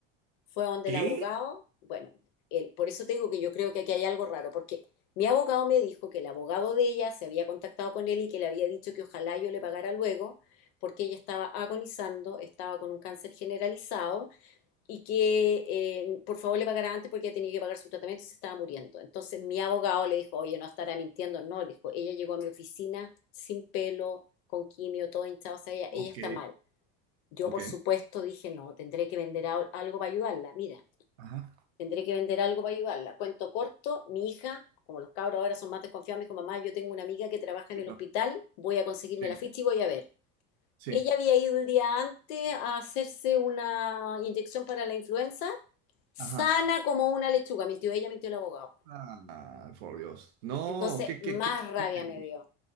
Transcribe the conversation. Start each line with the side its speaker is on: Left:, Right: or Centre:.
Left: Fue donde
Right: ¿Qué?
Left: el abogado, bueno, él- por eso te digo que yo creo que aquí hay algo raro, porque mi abogado me dijo que el abogado de ella se había contactado con él y que le había dicho que ojalá yo le pagara luego, porque ella estaba agonizando, estaba con un cáncer generalizado y que eh, por favor le pagara antes porque ella tenía que pagar su tratamiento y se estaba muriendo. Entonces mi abogado le dijo, oye, no estará mintiendo. No, le dijo, ella llegó a mi oficina sin pelo, con quimio, todo hinchado, o sea, ella,
Right: Ok,
Left: ella está mal. Yo,
Right: ok.
Left: por supuesto, dije, no, tendré que vender al- algo para ayudarla. Mira,
Right: Ajá.
Left: tendré que vender algo para ayudarla. Cuento corto, mi hija, como los cabros ahora son más desconfiados, me dijo, mamá, yo tengo una amiga que trabaja
Right: Sí,
Left: en el
Right: claro,
Left: hospital, voy a conseguirme
Right: sí,
Left: la ficha y voy a ver.
Right: sí.
Left: Ella había ido el día antes a hacerse una inyección para la influenza, sana
Right: Ajá.
Left: como una lechuga. Mintió ella, mintió el abogado.
Right: Ah, por Dios. No,
Left: Entonces,
Right: qué,
Left: más
Right: qué, qué,
Left: rabia
Right: qué peligro,
Left: me dio.